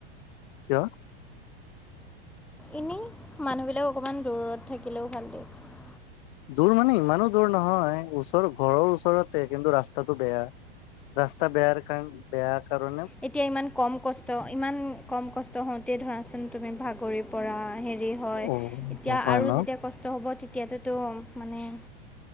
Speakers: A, on the left (about 55°); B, in the centre.
A: কিয়?
B: এনেই মানুহবিলাক অকণমান দূৰত থাকিলেও ভাল দিয়কছোন।
A: দূৰ মানে ইমানো দূৰ নহয় ওচৰ ঘৰৰ ওচৰতে কিন্তু ৰাস্তাটো বেয়া। ৰাস্তা বেয়াৰ ক বেয়া কাৰ।
B: এতিয়া ইমান কম কষ্ট ইমান কম কষ্ট হওঁতে ধৰাচোন তুমি ভাগৰি পৰা হেৰি হয়।
A: অ
B: এতিয়া
A: হয়
B: আৰু
A: ন
B: যেতিয়া কষ্ট হ'ব তেতিয়াততো মানে